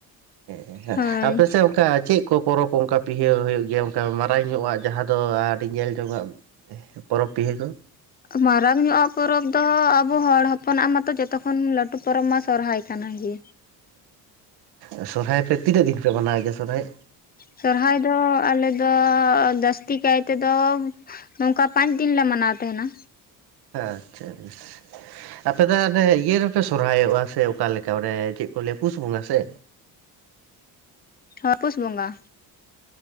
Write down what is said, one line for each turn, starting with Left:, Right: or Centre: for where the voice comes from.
Right: ᱮᱸ
Left: ᱦᱳᱭ
Right: ᱟᱯᱮ ᱥᱮᱱ᱾ ᱚᱱᱠᱟ ᱪᱮᱫ ᱠᱚ ᱯᱚᱨᱚᱵᱽ ᱚᱱᱠᱟ ᱯᱤᱦᱟᱹ ᱦᱩᱭᱩᱜ ᱜᱮᱭᱟ ᱚᱱᱠᱟ ᱢᱟᱨᱟᱝ ᱧᱚᱜᱼᱟ ᱡᱟᱦᱟᱸ ᱫᱚ ᱟᱹᱰᱤ ᱧᱮᱞ ᱡᱚᱝ ᱟ᱾ ᱯᱚᱨᱚᱵᱽ ᱯᱤᱦᱟᱹ ᱠᱚ᱾
Left: ᱢᱟᱨᱟᱝ ᱧᱚᱜ-ᱟ ᱯᱚᱨᱚᱵᱽ ᱫᱚ ᱟᱵᱚ ᱦᱚᱲ ᱦᱚᱯᱚᱱᱟᱜ ᱢᱟᱛᱚ ᱡᱚᱛᱚᱠᱷᱚᱱ ᱞᱟᱹᱴᱩ ᱯᱚᱨᱚᱵᱽ ᱢᱟ ᱥᱚᱨᱦᱟᱭ ᱠᱟᱱᱟ ᱜᱮ᱾
Right: ᱳ ᱥᱚᱨᱦᱟᱭ ᱯᱮ ᱛᱤᱱᱟᱹᱜ ᱫᱤᱱ ᱯᱮ ᱢᱟᱱᱟᱣ ᱜᱮᱭᱟ ᱥᱚᱨᱦᱟᱭ?
Left: ᱥᱚᱨᱦᱟᱭ ᱫᱚ ᱟᱞᱮᱫᱚ ᱡᱟᱹᱥᱛᱤ ᱠᱟᱭ ᱛᱮᱫᱚ᱾ ᱱᱚᱝᱠᱟ ᱯᱟᱸᱪ ᱫᱤᱱᱞᱮ ᱢᱟᱱᱟᱣ ᱛᱟᱦᱮᱸᱱᱟ᱾
Right: ᱦᱮᱸ ᱟᱪᱷᱟ ᱵᱮᱥ᱾ ᱟᱯᱮ ᱫᱚ ᱚᱱᱮ ᱤᱭᱟᱹ ᱨᱮᱯᱮ ᱥᱚᱨᱦᱟᱭᱚᱜᱼᱟ ᱥᱮ ᱚᱠᱟᱞᱮᱠᱟ ᱚᱱᱮ ᱪᱮᱫ ᱠᱚ ᱞᱟᱹᱭᱟ ᱯᱩᱥ ᱵᱚᱸᱜᱟ ᱥᱮ᱾
Left: ᱦᱚᱸ ᱯᱩᱥ ᱵᱚᱸᱜᱟ᱾